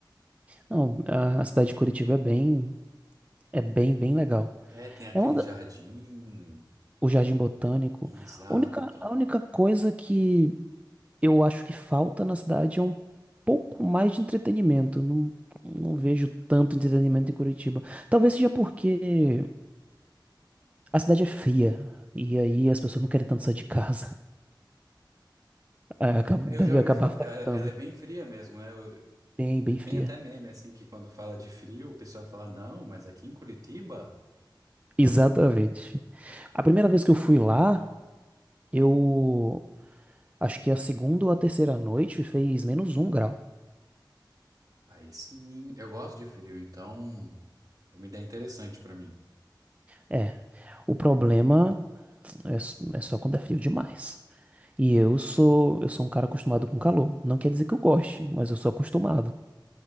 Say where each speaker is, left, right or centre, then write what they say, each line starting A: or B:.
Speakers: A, on the right; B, on the right.
A: Não, a, a cidade de Curitiba é bem, é bem, bem legal.
B: É, tem aquele
A: É uma da-
B: jardim.
A: o Jardim Botânico.
B: Exato.
A: A única, a única coisa que eu acho que falta na cidade é um pouco mais de entretenimento. Não, não vejo tanto entretenimento em Curitiba. Talvez seja porque a cidade é fria. E aí as pessoas não querem tanto sair de casa. <laughs> É, acaba-
B: Eu
A: Deve
B: já ouvi
A: acabar
B: falar.
A: afetando.
B: Ela, ela é bem fria mesmo, né? Eu-
A: Bem, bem fria.
B: tem até meme, assim, que quando fala de frio, o pessoal fala, não, mas aqui em Curitiba,
A: Exatamente. A primeira vez que eu fui lá, eu acho que a segunda ou a terceira noite fez menos um grau.
B: aí sim. Eu gosto de frio, então é uma ideia interessante pra mim.
A: É. O problema é s- é só quando é frio demais. E eu sou, eu sou um cara acostumado com calor. Não quer dizer que eu goste, mas eu sou acostumado,